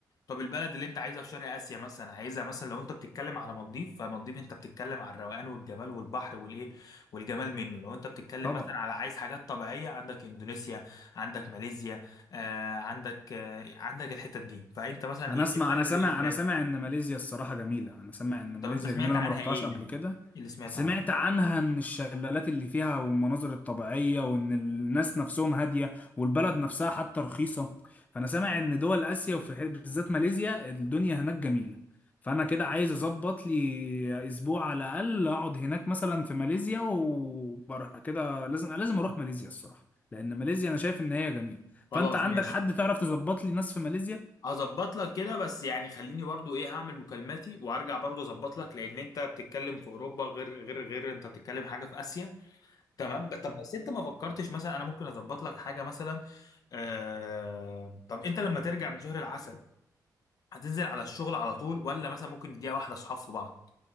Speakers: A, on the left (about 55°); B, on the left (about 20°).
A: طب البلد اللي انت عايزها في شرق اسيا مثلا عايزها مثلا لو انت بتتكلم على مالديف فمالديف انت بتتكلم على الروقان والجمال والبحر والايه والجمال منه لو انت بتتكلم
B: طبعا
A: مثلا على عايز حاجات طبيعيه عندك اندونيسيا عندك ماليزيا آه عندك آه عندك الحتت دي فانت مثلا
B: انا
A: ايه ايه
B: اسمع
A: البلد
B: انا سامع
A: اللي شداك
B: انا سامع ان ماليزيا الصراحه جميله انا سامع ان ماليزيا
A: طب انت سمعت
B: جميله انا
A: عنها
B: ما روحتهاش
A: ايه
B: قبل
A: يعني
B: كده
A: ايه اللي سمعت
B: سمعت
A: عنه
B: عنها ان الشلالات اللي فيها والمناظر الطبيعيه وان الناس نفسهم هاديه والبلد نفسها حتى رخيصه فانا سامع ان دول اسيا وفي حي- بالذات ماليزيا الدنيا هناك جميله فانا كده عايز اظبط لي اسبوع على الاقل اقعد هناك مثلا في ماليزيا وبره كده لازم لازم اروح ماليزيا الصراحه لان ماليزيا انا شايف ان هي جميله
A: خلاص
B: فانت عندك
A: ماشي
B: حد تعرف تظبط لي ناس في ماليزيا
A: هظبط لك كده بس يعني خليني برضو ايه هعمل مكالماتي وارجع برضو اظبط لك لان انت بتتكلم في اوروبا غير غير غير انت بتتكلم حاجه في اسيا تمام ب- طب بس انت ما فكرتش مثلا انا ممكن اظبط لك حاجه مثلا آه... طب انت لما ترجع من شهر العسل هتنزل على الشغل على طول ولا مثلا ممكن نديها واحده اصحاب في بعض